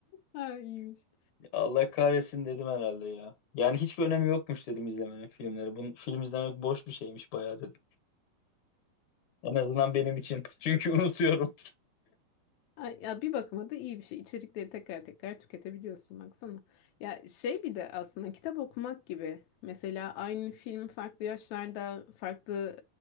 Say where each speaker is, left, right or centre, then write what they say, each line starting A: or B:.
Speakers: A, on the left; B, on the left.
A: Ha iyiymiş.
B: Allah kahretsin dedim herhalde ya. Yani hiçbir önemi yokmuş dedim izlemenin filmleri. Bunu, film izlemek boş bir şeymiş bayağı dedim. En azından benim için. Çünkü unutuyorum.
A: Ay, Ya bir bakıma da iyi bir şey. İçerikleri tekrar tekrar tüketebiliyorsun baksana. Ya şey bir de aslında kitap okumak gibi. Mesela aynı film farklı yaşlarda, farklı